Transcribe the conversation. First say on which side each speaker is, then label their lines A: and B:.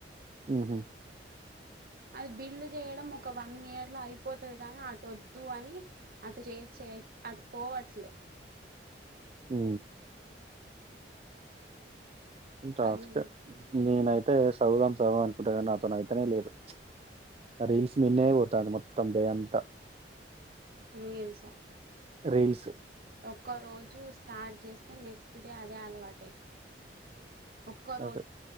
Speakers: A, on the right (about 35°); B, on the right (about 55°).
A: ఉహు
B: అది బిల్డ్ చేయడం ఒక వన్ ఇయర్ లో అయిపోతది కానీ అటోద్దు అని అటు చేయచ్చ అటు పోవచ్చు లే
A: అ టాస్క
B: అది
A: నేనైతే చదువుదాం చదువుదాం అనుకుంటానీ కానీ నాతోను అయితేనే లేదు రీల్స్ మీినే పోతంది మొత్తం డే అంత
B: ఏమిసా
A: రీల్స్
B: ఒక్క రోజు స్టార్ట్ చేస్తే నెక్స్ట్ డే అదే అలవాటు అయిపోతుంది ఒక్కరోజు
A: అదే